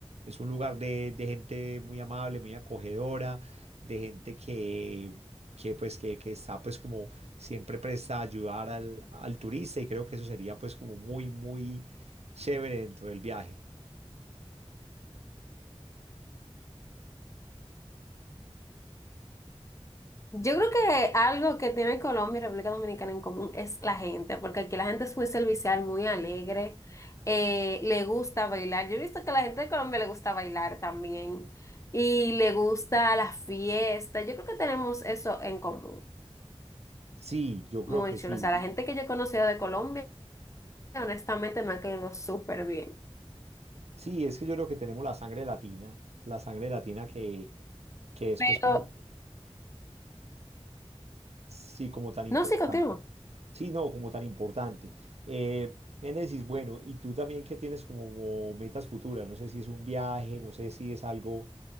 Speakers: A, on the right; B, on the left.
A: es un lugar de, de gente muy amable, muy acogedora, de gente que, que pues que, que está pues como siempre presta a ayudar al, al turista y creo que eso sería pues como muy, muy chévere dentro del viaje.
B: yo creo que algo que tiene Colombia y República Dominicana en común es la gente, porque aquí la gente es muy servicial, muy alegre, eh, le gusta bailar. Yo he visto que a la gente de Colombia le gusta bailar también y le gusta la fiesta. Yo creo que tenemos eso en común,
A: Sí, yo creo
B: muy
A: que
B: chulo.
A: sí.
B: O sea, la gente que yo he conocido de Colombia, honestamente, me ha quedado súper bien.
A: Sí, es que yo creo que tenemos la sangre latina, la sangre latina que, que es
B: Pero,
A: pues como, Sí, como tan importante.
B: no, sí, continúo.
A: Sí, no, como tan importante. Eh, Génesis, bueno, y tú también que tienes como metas futuras, no sé si es un viaje, no sé si es algo